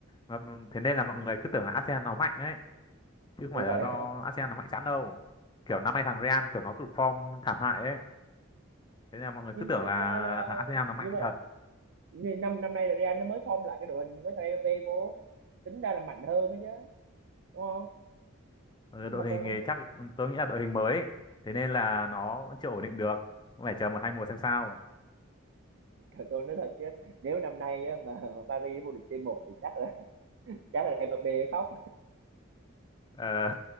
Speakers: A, on the left (about 20°); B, on the right (about 60°).
A: mà, b- thế nên là mọi người cứ tưởng là Arsenal nó mạnh đấy chứ không
B: ủa
A: phải là
B: vậy à?
A: do Arsenal nó mạnh sẵn đâu kiểu năm nay thằng Real kiểu nó tụt form thảm hại ấy thế nên là mọi người
B: nhưng
A: cứ
B: mà
A: tưởng
B: thực
A: là
B: ra là
A: thằng Arsenal nó
B: nhưng
A: mạnh
B: mà
A: thật
B: Nên năm năm nay là Real nó mới form lại cái đội hình với thằng Mbappé vô tính ra là mạnh hơn đó chứ đúng không
A: Ừ,
B: nhưng
A: đội
B: mà cái
A: hình
B: không,
A: thì chắc tôi nghĩ là đội hình mới ấy. thế nên là nó vẫn chưa ổn định được cũng phải chờ một hai mùa xem sao
B: thật tôi nói thật chứ nếu năm nay á, mà Paris vô địch C1 thì chắc là chắc là Mbappé khóc
A: ờ,